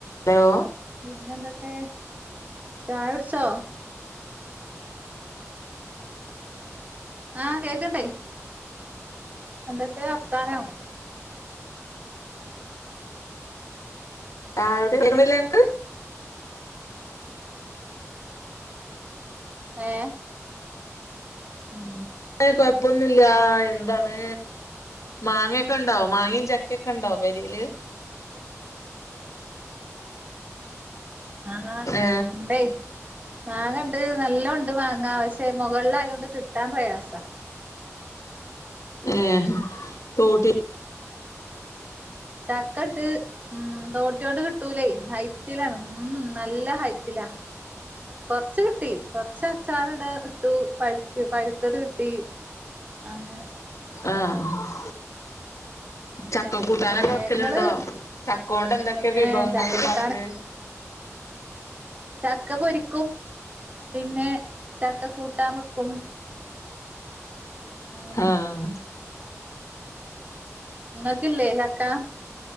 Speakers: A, on the left (about 75°); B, on the right (about 30°).
A: Hello
B: പിന്നെ എന്തൊക്കെ ചായ കുടിച്ചോ? ആഹ് കേൾക്ക്‌ണ്ട് എന്തൊക്കെ വർത്താനം?
A: ആവിടെ കേൾക്കണില്ലേ അൻക്ക്
B: ഏഹ് ഉം
A: അയ്‌ന് കൊഴപ്പൊന്നില്ല എന്താണ് മാങ്ങൊക്കെ ഉണ്ടോ മാങ്ങയും ചക്കയൊക്കെ ഉണ്ടോ പെരീല്?
B: ആഹ്
A: ഏ
B: ഇണ്ടേയ് മാങ്ങണ്ട് നല്ലോ ണ്ട് മാങ്ങ പക്ഷേ മുകളില് ആയോണ്ട് കിട്ടാൻ പ്രയാസ
A: ഏഹ് തോട്ടി
B: ചക്ക ഇട്ട് ഉം തോട്ടിയോണ്ട് കിട്ടൂലേയ് അയ് ഉം ഉം നല്ല ഹൈറ്റിലാ കൊറച്ച് കിട്ടി കൊറച്ച അച്ചാർ ഇട ഇട്ടു പഴുപ്പ് പഴുത്തത് കിട്ടി അങ്ങനെ
A: ആഹ് ആഹ് ചക്ക
B: പിന്നെ
A: കൂട്ടാനൊക്കെ വെക്കലുണ്ടോ
B: ഇങ്ങള്
A: ചക്ക കൊണ്ട് എന്തൊക്കെ വിഭവങ്ങള്
B: ഏ ചക്ക
A: ഉണ്ടാക്കല്?
B: കൂട്ടാന് ചക്ക പൊരിക്കും പിന്നെ ചക്ക കൂട്ടാം വെക്കും അങ്ങനെ
A: ആഹ്
B: ഇങ്ങക്കില്ലേ ചക്ക?